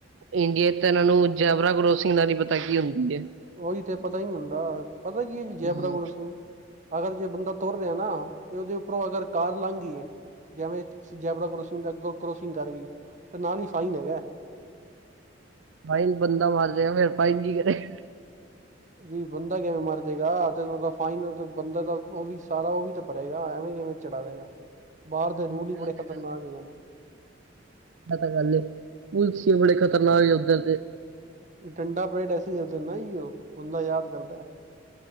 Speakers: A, on the right; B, on the right.
A: ਇੰਡੀਆ ਤਾਂ ਇਹਨਾਂ ਨੂੰ ਜੈਬਰਾ ਕਰੋਸਿੰਗ ਦਾ ਨਹੀ ਪਤਾ ਕੀ ਹੁੰਦੀ ਹੈ।
B: ਉਹੀ ਤੇ ਪਤਾ ਨੀ ਹੁੰਦਾ ਪਤਾ ਕੀ ਹੈ ਜੀ ਜੈਬਰਾ
A: ਹਮ
B: ਕਰਾਸਿੰਗ ਅਗਰ ਜੇ ਬੰਦਾ ਤੁਰ ਰਿਹਾ ਨਾ ਤੇ ਉਹਦੇ ਉੱਪਰੋਂ ਅਗਰ ਕਾਰ ਲੰਘੀ ਗਈਏ। ਜਿਵੇਂ ਜੈਬਰਾ ਕਰੋਸਿੰਗ ਦਾ ਅੱਗੋਂ ਕਰੋਸਿੰਗ ਕਰ ਗਈ ਤੇ ਨਾਲ ਹੀ ਫਾਈਨ ਹੈਗਾ।
A: ਬਾਈਨ ਬੰਦਾ ਮਾਰ ਜਾਏਗਾ ਫਿਰ ਫਾਈਨ ਕੀ ਕਰੇ।
B: ਜੀ ਬੰਦਾ ਕਿਵੇਂ ਮਰ ਜਾਊਗਾ ਤੇ ਉਹਦਾ ਫਾਈਨ ਬੰਦਾ ਤਾਂ ਉਹ ਵੀ ਸਾਰਾ ਉਹ ਵੀ ਤਾਂ ਭਰੇਗਾ ਐਵੇਂ ਕਿਵੇਂ। ਚੜਾ ਰਹੇਗਾ ਬਾਹਰ
A: ਹੂੰ
B: ਦੇ ਰੂਲ ਵੀ ਬੜੇ
A: ਇਹ ਤਾਂ
B: ਖਤਰਨਾਕ
A: ਗੱਲ ਏ,
B: ਹੈਗੇ ਨੇ।
A: ਇਹ ਤਾਂ ਗੱਲ ਏ ਪੁਲਸੀਏ ਬੜੇ ਖ਼ਤਰਨਾਕ ਉੱਧਰ ਦੇ
B: ਠੰਡਾ ਪਰੇਡ ਐਸੀ ਕਰਦੇ ਨੇ ਜ ਉਹ ਬੰਦਾ ਯਾਦ ਕਰਦਾ।